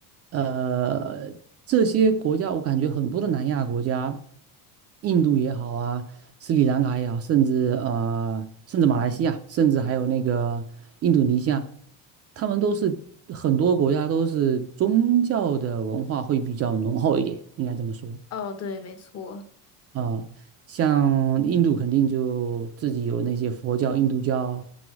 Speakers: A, on the right; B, on the left.
A: 呃，这些国家我感觉很多的南亚国家，印度也好啊，斯里兰卡也好，甚至呃，甚至马来西亚，甚至还有那个印度尼西亚，他们都是很多国家都是宗教的文化会比较浓厚一点，应该这么说。
B: 哦，对，没错，
A: 啊、像印度肯定就自己有那些佛教、印度教，